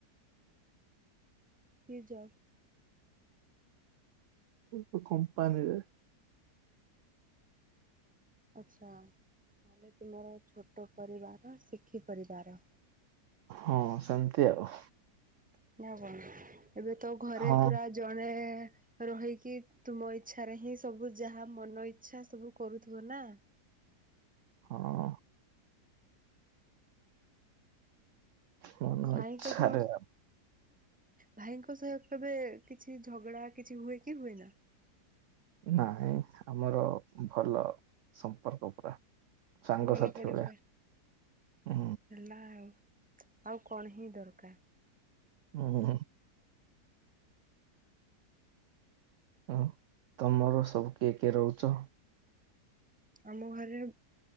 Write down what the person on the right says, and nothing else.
ଏ କମ୍ପାନୀ ରେ।
ହଁ ସେମିତି ଆଉ।
ହଁ
ହଁ ମନ
ଇଚ୍ଛା
ରେ ଆଉ
ନାଇଁ ଆମର ଭଲ ସମ୍ପର୍କ ପୁରା। ସାଙ୍ଗସାଥି
ଭଳିଆ
ହୁଁ
ହୁଁ ହ ତମର ସବୁ କିଏ କିଏ ରହୁଚ?